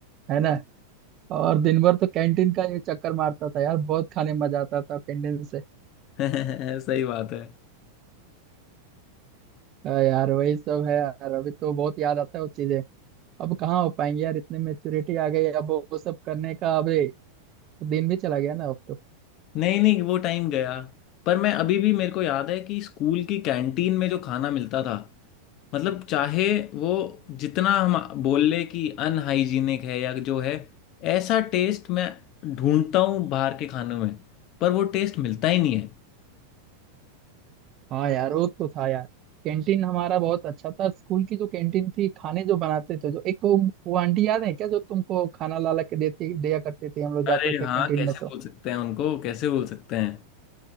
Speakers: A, on the right; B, on the left.
A: है ना और दिन भर तो कैंटीन का ये चक्कर मारता था यार बहुत खाने में मजा आता था कैंटीन से
B: बिल्कुल <laughs> सही बात है
A: आ, यार वही सब है यार अभी तो बहुत याद आता है वो चीजें अब कहाँ हो पाएंगे यार इतनी मेच्योरिटी आ गई अब वो वो सब करने का अरे दिन भी चला गया ना अब तो
B: नहीं नहीं वो टाइम गया पर मैं अभी भी मेरे को याद है कि स्कूल की कैंटीन में जो खाना मिलता था मतलब चाहे वो जितना हम बोल ले कि अनहाइजीनिक है या जो है ऐसा टेस्ट मैं ढूंढता हूँ बाहर के खानों में पर वो टेस्ट मिलता ही नहीं है
A: हाँ यार वो तो था यार कैंटीन हमारा बहुत अच्छा था स्कूल की जो कैंटीन थी खाने जो बनाते थे जो एक वो वो आंटी याद है क्या जो तुमको खाना ला ला के देती दिया करती थी हम लोग जाते
B: अरे
A: थे
B: हाँ
A: कैंटीन
B: कैसे
A: में तो
B: बोल सकते हैं उनको कैसे बोल सकते हैं